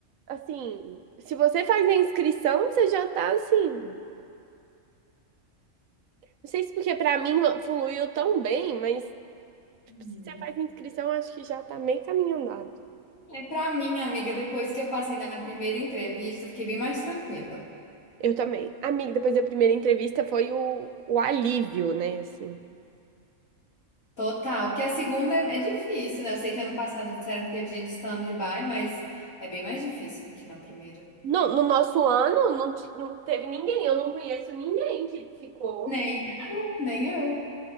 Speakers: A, on the right; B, on the left.
A: assim, se você faz a inscrição, você já tá assim. Não sei se porque pra mim fluiu tão bem, mas tipo,
B: Uhum.
A: se você faz a inscrição, eu acho que já tá meio caminho andado.
B: É para mim, amiga, depois que eu passei na primeira entrevista, eu fiquei bem mais tranquila.
A: Eu também. Amiga, depois da primeira entrevista foi o, o alívio, né? Assim.
B: Total, porque a segunda é, é difícil, né? Eu sei que ano passado disseram que teve gente stand-by, mas é bem mais difícil do que na primeira.
A: No, no nosso ano não, ti- não teve ninguém, eu não conheço ninguém que ficou.
B: Nem eu, nem eu.